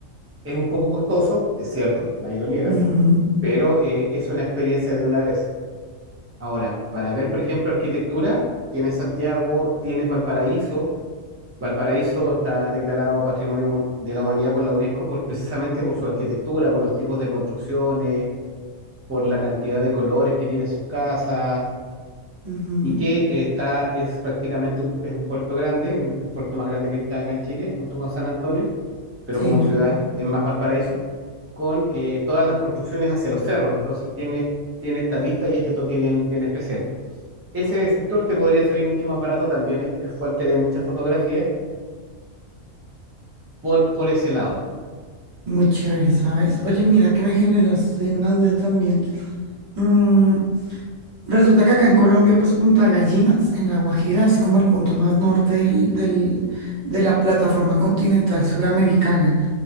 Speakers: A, on the right; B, on the right.
A: es un poco costoso, es cierto, nadie lo niega,
B: ujú,
A: pero eh, es una experiencia de una vez. Ahora, para ver, por ejemplo, arquitectura, tienes Santiago, tienes Valparaíso. Valparaíso está declarado Patrimonio Mun- de la Humanidad por la UNESCO por, precisamente por su arquitectura, por los tipos de construcciones por la cantidad de colores que tiene sus casas
B: ujú,
A: y que eh, está, es prácticamente un, es un puerto grande, un- el puerto más grande que está acá en Chile, junto con San Antonio, pero
B: Sí,
A: como ciudad es más Valparaíso, con eh, todas las construcciones hacia los cerros, entonces tiene, tiene esta vista y este toque bien, bien especial. Ese sector te podría salir mucho más barato, también es, es fuente de muchas fotografías por, por ese lado.
B: muy chévere, ¿sabes? Oye, mira que me generaste una duda también. Mm, resulta que acá en Colombia, pues Punta Gallinas, en La Guajira, es como el punto más norte del, del- de la plataforma continental suramericana.